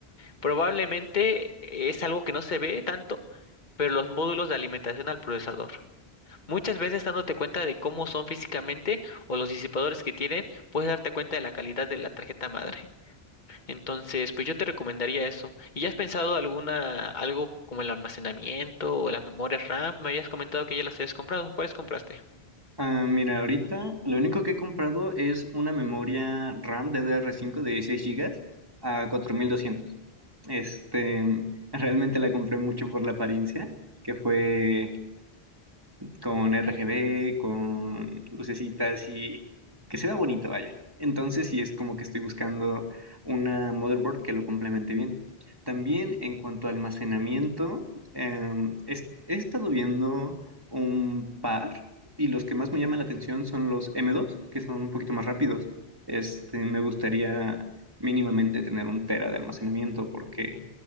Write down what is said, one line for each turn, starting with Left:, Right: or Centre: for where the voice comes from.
Left: probablemente es algo que no se ve tanto, pero los módulos de alimentación al procesador. Muchas veces dándote cuenta de cómo son físicamente o los disipadores que tienen, puedes darte cuenta de la calidad de la tarjeta madre. Entonces, pues yo te recomendaría eso. ¿Y ya has pensado alguna, algo como el almacenamiento o las memorias RAM? Me habías comentado que ya las habías comprado. ¿Cuáles compraste?
Right: ah, mira, ahorita lo único que he comprado es una memoria RAM DDR5 de 16 gigas a 4200. Este, realmente la compré mucho por la apariencia, que fue con RGB, con lucecitas y que se vea bonito, vaya. Entonces, sí es como que estoy buscando una motherboard que lo complemente bien. También en cuanto a almacenamiento, em, es- he estado viendo un par y los que más me llaman la atención son los M2, que son un poquito más rápidos. Este, me gustaría mínimamente tener un tera de almacenamiento porque